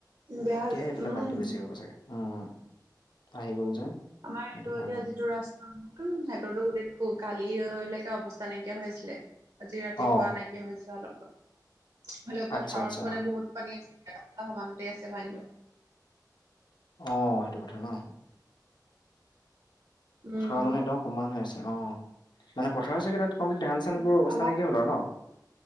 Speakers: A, on the right (about 65°); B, on the left (about 85°).
A: বেয়া
B: তেতিয়াহে
A: হৈ যা
B: এইফালে
A: উম।
B: পানীটো বেছি হ'ব চাগে। উম, আহি গ'ল যে।
A: আমাৰ এইটো
B: সেইটো কাৰণে।
A: এতিয়া যিটো ৰাস্ত উ, সিহঁতোটো গোটেই কালিলৈকে অৱস্থা নাইকিয়া হৈ আছিলে। আজি ৰাতিপুৱা
B: অ',
A: নাইকিয়া হৈছে অলপ অলপ। হ'লেও
B: আচ্ছা
A: পথাৰত
B: আচ্ছা
A: মানে
B: অ'।
A: বহুত পানী আ <unintelligible> আহ'মানতে আছে পানীটো।
B: অ' সেইটো কথা ন'?
A: উম
B: পথাৰৰ মানে একদম সমান হৈ আছে, অ'। মানে পথাৰৰ চাগে তাত কমপ্লি, ধান চানবোৰ
A: উম
B: অৱস্থা
A: আমাৰ
B: নাইকিয়া হ'ল আৰু ন'?